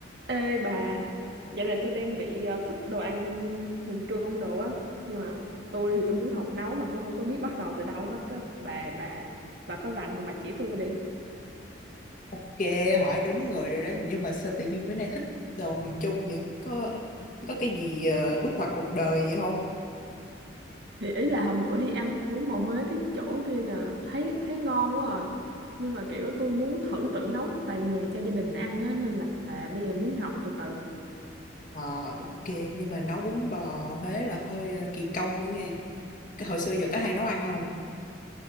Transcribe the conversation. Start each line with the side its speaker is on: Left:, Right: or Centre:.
Right: Ê bà, dạo này tôi đang bị ờ, thích đồ ăn miền Trung đồ á, nhưng mà tôi thì tôi muốn học nấu mà tôi không có biết bắt đầu từ đâu hết á. Bà bà bà có rành không bà chỉ tôi đi.
Left: Ok, hỏi đúng người rồi đó. Nhưng mà sao tự nhiên bữa nay thích đồ miền Trung vậy? Có có cái gì ờ, bước ngoặt cuộc đời vậy không?
Right: Thì ý là hôm bữa đi ăn bún bò Huế cái chỗ kia nè, thấy thấy ngon quá à. Nhưng mà kiểu tôi muốn thử tự nấu tại nhà cho gia đình ăn á nên là bây giờ muốn học từ từ.
Left: Ờ, ok. Nhưng mà nấu bún bò Huế là hơi ờ, kỳ công nữa nghe. Cái Hồi xưa giờ có hay nấu ăn không?